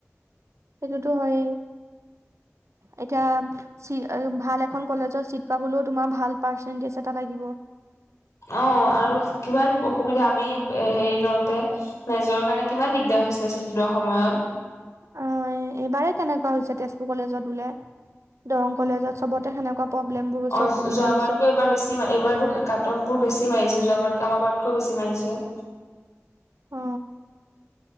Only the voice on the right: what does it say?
সেইটোতো হয়েই। এতিয়া - ভাল এ কলেজত চিট পাবলো তোমাৰ ভাল পাৰ্চেন্টিছ লাগিব।
অঁ', এইবাৰে তেনেকুৱা হৈছে তেজপুৰ কলেজত বোলে। দৰং কলেজত চবতে সেনেকুৱা - প্ৰব্লেমবোৰ। হৈছে
অসুবিধা
হৈছে
অ